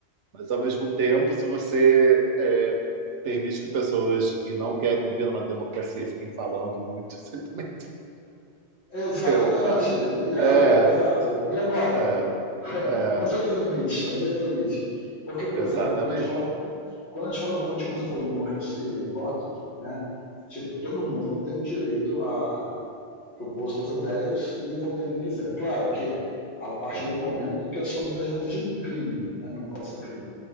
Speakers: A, on the right; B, on the left.
A: Mas, ao mesmo tempo, se você é, permite que pessoas que não querem viver numa democracia fiquem falando muito, <laughs> você também.
B: Exatamente.
A: Opa!
B: E aí?
A: É,
B: Exato. E agora?
A: é,
B: <laughs>
A: é,
B: Onde é que está o limite? Onde é que está o limite? Porque, por
A: exatamente.
B: exemplo, quando a gente fala, quando a gente fala totalmente como você falou, em democracia, em voto, né? Tipo, todo mundo tem direito a propor suas ideias e votar em quem quiser. Claro que a partir
A: É.
B: do momento que as suas ideias não sejam um crime, né? Não pode ser crime.